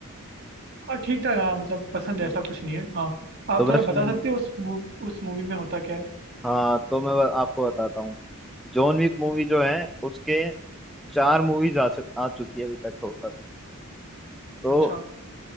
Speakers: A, on the right; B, in the centre.
A: हाँ ठीक ठाक हाँ मतलब पसंद
B: हम्म।
A: है, ऐसा कुछ नहीं है हाँ आप
B: तो बस
A: थोड़ा
B: वही-
A: बता सकते हो उस मू- उस मूवी में होता क्या है
B: हाँ तो मैं ब- आपको बताता हूँ जॉन विक मूवी जो है उसके चार मूवीज आ, सक- आ चुकी है अभी तक टोटल तो
A: अच्छा